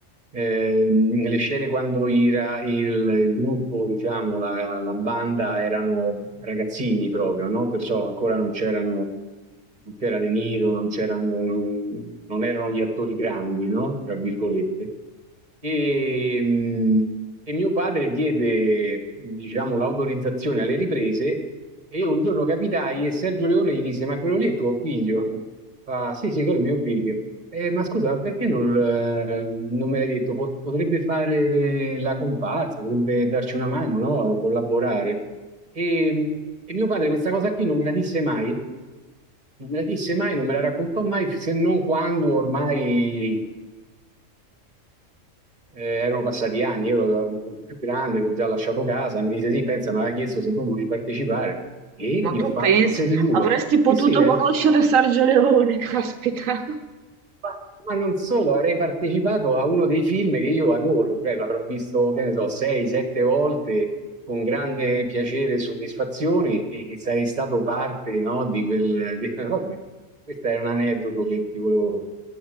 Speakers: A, on the right; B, on the right.
A: Ehm, le scene quando Ira, il, il gruppo, diciamo, la, la banda erano ragazzini proprio, no? Perciò ancora non c'erano, non c'era De Niro, non c'erano, non, non erano gli attori grandi, no? Tra virgolette. E, mh, e mio padre diede, diciamo, l'autorizzazione alle riprese e io un giorno capitai e Sergio Leone gli disse, ma quello lì è tuo figlio? Fa, sì, sì, quello è mio figlio. "Eh, ma scusa, ma perché non, eh, non me l'hai detto? Po- Potrebbe fare la comparsa, potrebbe darci una mano, no? Collaborare. E, e mio padre questa cosa qui non me la disse mai, non me la disse mai, non me la raccontò mai, se non quando ormai eh, erano passati anni, io ero molto più grande, avevo già lasciato casa, mi disse sì, pensa, mi aveva chiesto se tu volevi partecipare e
B: Ma
A: io
B: tu
A: ho fatto,
B: pensa,
A: ma sei sicuro?
B: avresti potuto
A: Sì, sì, eh.
B: conoscere Sergio Leone, <laughs> caspita.
A: Ma, ma non solo, avrei partecipato a uno dei film che io adoro, cioè l'avrò visto, che ne so, sei, sette volte con grande piacere e soddisfazione e, e sarei stato parte, no, di quel... di- <laughs> vabbè, questo è un aneddoto che ti volevo